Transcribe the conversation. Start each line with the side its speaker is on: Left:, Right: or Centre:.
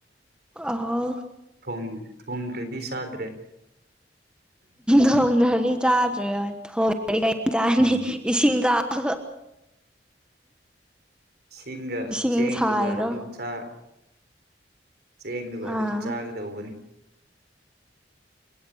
Centre: ꯑꯍꯣ
Right: ꯊꯣꯡꯉꯤꯅꯤ ꯊꯣꯡꯗ꯭ꯔꯗꯤ ꯆꯥꯗ꯭ꯔꯦ
Centre: ꯊꯣꯡꯗ꯭ꯔꯗꯤ ꯆꯥꯗ꯭ꯔꯦ ꯍꯣꯏ ꯊꯣꯡ꯭ꯔꯗꯤ ꯀꯩ ꯆꯥꯅꯤ
Right: ꯎꯝ
Centre: ꯏꯁꯤꯡ ꯆꯥꯎ
Right: ꯁꯤꯡꯒ
Centre: ꯏꯁꯤꯡ
Right: ꯆꯦꯡꯗꯨꯒ
Centre: ꯁꯥꯏꯔꯣ
Right: ꯑꯗꯨꯝ ꯆꯥ ꯆꯦꯡꯗꯨꯒ ꯑꯗꯨꯝ
Centre: ꯑꯥ
Right: ꯆꯥꯒꯗꯧꯕꯅꯤ